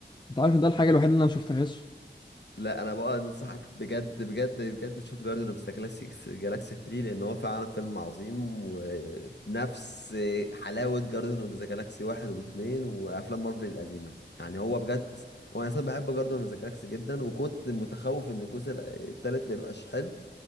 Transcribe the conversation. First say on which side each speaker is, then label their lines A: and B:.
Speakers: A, on the left; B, on the left.
A: انت عارف إن ده الحاجة الوحيدة اللي انا مشفتهاش
B: لا انا بقى انصحك بجد بجد بجد تشوف جاردن اوف ذا جالاكسي جالاكسي 3 لان هو فعلا فيلم عظيم وبنفس حلاوه جاردن اوف ذا جالاكسي 1 و2 وافلام مارفل القديمه يعني هو بجد وانا اصلا بحب جاردن اوف ذا جالاكسي جدا وكنت متخوف ان الجزء الثالث ما يبقاش حلو